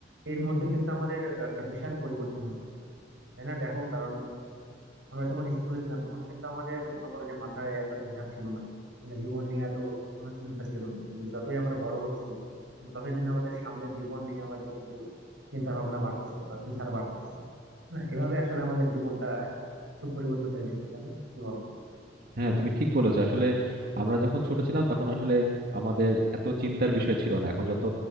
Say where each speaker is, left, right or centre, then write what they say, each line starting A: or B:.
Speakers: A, on the right; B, on the right.
A: এর মধ্যে কিন্তু আমাদের একটা বিশাল পরিবর্তন হয়েছে তাই না দেখো কারণ আমরা যখন স্কুলে ছিলাম তখন কিন্তু আমাদের মনে করো যে মাথায় এত প্রেশার ছিল না মানে জীবন নিয়ে এত কোনো চিন্তা ছিল না কিন্তু যতই আমরা বড় হচ্ছি ততই কিন্তু আমাদের সামনের জীবন নিয়ে আমাদের কিন্তু চিন্তা ভাবনা বাড়তেছে বা প্রেশার বাড়তেছে না এভাবে আসলে আমাদের জীবনটা একটু পরিবর্তন হয়ে গেছে তাই না কি বলো
B: হ্যাঁ তুমি ঠিক বলেছো আসলে আমরা যখন ছোট ছিলাম তখন আসলে আমাদের এত চিন্তার বিষয় ছিল না এখন যত